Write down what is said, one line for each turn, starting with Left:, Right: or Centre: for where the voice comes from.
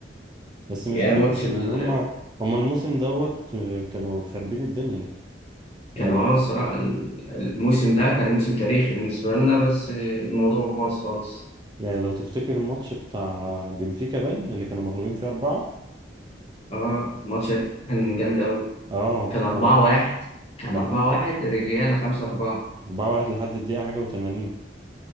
Right: بس مش
Left: يعني
Right: دايما
Left: ماتش ال...
Right: يعني هما هما الموسم دوت آه، كانوا خاربين الدنيا
Left: كان
Right: يعني لو
Left: اه الصراحه ال- الموسم ده كان موسم تاريخي بالنسبه لنا بس آه، الموضوع باظ خالص
Right: يعني لو تفتكر الماتش بتاع بنفيكا باين اللي كانوا مغلوبين فيه أربعة
Left: اه الماتش ده كان جامد قوي
Right: اه
Left: كان أربعة
Right: كانوا
Left: واحد كان
Right: ده
Left: أربعة
Right: لح-
Left: واحد رجعنا خمسة أربعة
Right: أربعة واحد لحد الدقيقة حاجة وتمانين